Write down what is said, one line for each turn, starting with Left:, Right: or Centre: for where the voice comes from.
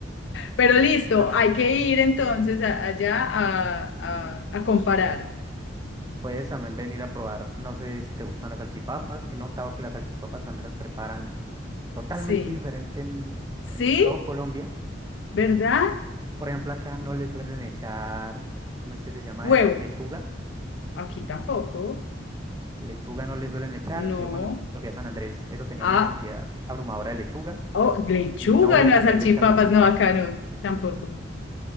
Left: Pero listo,
Right: ta-
Left: hay que ir entonces a- allá a,
Right: ujú,
Left: a, a comparar.
Right: puedes también venir a probar, no sé si te gustan las salchipapas. He notado que las salchipapas también las preparan totalmente
Left: Sí.
Right: diferente en,
Left: Sí,
Right: en todo Colombia.
Left: ¿verdad?
Right: Por ejemplo, acá no le suelen echar, ¿cómo es que se llama
Left: Huevo.
Right: eso? Lechuga.
Left: Aquí tampoco.
Right: Lechuga no le suelen echar.
Left: No.
Right: Y yo cuando fui a San Andrés, eso tenía
Left: Ah,
Right: una cantidad abrumadora de lechuga.
Left: oh, lechuga,
Right: Mi novia
Left: no,
Right: también
Left: a salchipapas,
Right: le echa lechuga.
Left: no, acá no, tampoco.